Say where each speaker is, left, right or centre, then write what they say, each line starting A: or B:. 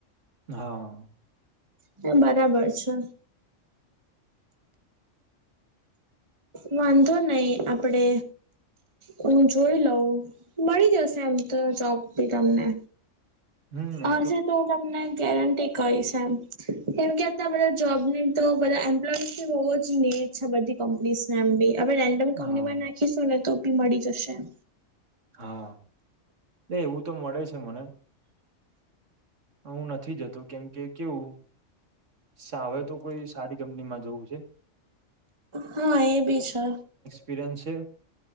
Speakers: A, on the right (about 70°); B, on the right (about 25°).
A: હા.
B: તે બરાબર છે. વાંધો નહી આપડે. હું જોઈ લઉં મળી જશે એમ તો જોબ બી તમને.
A: હમ એ
B: આજે તો તમને. ગેરંટી કહીશ એમ કેમ કે અતા બધા જોબ નહી તો બધા એમ્પ્લોય હોવો જ‌ઇએ. છે બધી કંપનીઝ ને એમ બી હવે રેન્ડમ કંપની
A: હા
B: માં નાખીશું ને તો બી મળી જશે એમ.
A: હા એ એવું તો મળે છે મને. હું નથી જતો કેમ કે કેવું. સાવે તો કોઈ સારી કંપનીમાં જવું છે.
B: હા એ બી છે.
A: એપિરયન્સ છે